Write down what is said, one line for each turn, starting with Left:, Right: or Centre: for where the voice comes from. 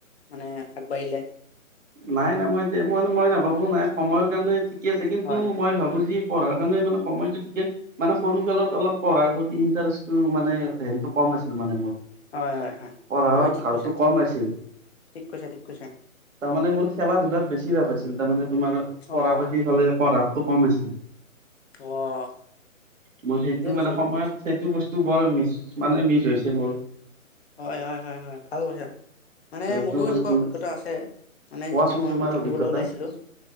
Left: মানে আগবাঢ়িলে।
Right: নাই নাই, মই দে মই না মই নাভাবো নাই সময়ৰ কাৰণে ঠিকে আছে কিন্তু
Left: হয়,
Right: মই ভাবো যি পঢ়াৰ কাৰণে মানে সময়টো ঠিকে মানে সৰু কালত অলপ পঢ়াৰ প্ৰতি ইনটাৰেষ্টটো মানে হেৰিটো কম আছিল মানে মোৰ।
Left: হয় হয় হয়,
Right: পঢ়াৰ
Left: হয় ঠিক
Right: ধাউটো
Left: কৈছা,
Right: কম আছিল
Left: ঠিক কৈছা ঠিক কৈছা।
Right: তাৰমানে মোৰ
Left: ঠিকে
Right: খেলা ধূলাত বেছি ভাৱ আছিল তাৰমানে তোমাৰ পঢ়াৰ
Left: অ',
Right: প্ৰতি ফালে পঢ়াটো কম হৈছিল।
Left: অ',
Right: মই সেইটো
Left: ঠিকে কৈছা,
Right: মানে
Left: ঠিকে
Right: সময়ত
Left: কৈছা,
Right: সেইটো বস টো বৰ মিছ মানে মিছ হৈছে মোৰ।
Left: হয় হয় হয় হয় ভাল কৈছা মানে
Right: সেইটো
Left: মোৰো
Right: বস্তু
Left: এনেকুৱা অভিজ্ঞতা আছে। মানে
Right: কোৱাচোন
Left: যেতিয়া মই
Right: তোমাৰ
Left: মেট্ৰিক
Right: অভিজ্ঞতা
Left: দিবলৈ ওলাইছিলো